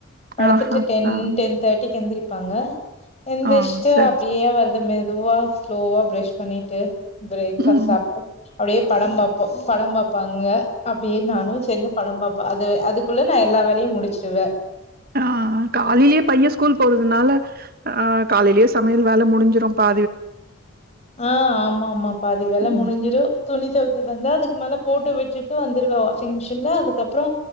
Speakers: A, on the left (about 30°); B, on the right (about 45°).
A: படுத்துட்டு
B: ஆஹா
A: டென்
B: ஆ
A: டென் தேட்டி எந்திரிப்பாங்க எந்திஷ்ட்டு
B: ஆ சரி
A: அப்டியே வருது மெ துவா ஸ்லோவா பிரஷ் பண்ணிட்டு பிரேக்பாஸ்ட்
B: ம்
A: சாப்ட்டு அப்டியே படம் பாப்போ படம் பாப்பாங்க அப்டியே நானு சேர்ந்து படம் பாப் ப அது அதுக்குள்ள நா எல்லா வேலையு முடிச்சிருவ
B: ஆஹ் காலைலியே பைய ஸ்கூல் போறதுனால ஆஹ் காலைலியே சமையல் வேல முடிஞ்சிரும் பா
A: ஆஹ் ஆமாமா பாதி வேல
B: ம்
A: முடிஞ்சிடு துணி துவைக்கிறதாந்தா அதுக் க்கு மேல போட்டு விட்டுட்டு வந்துருவ வாஷிங் மிஷின்ல அதுக்கப்றோ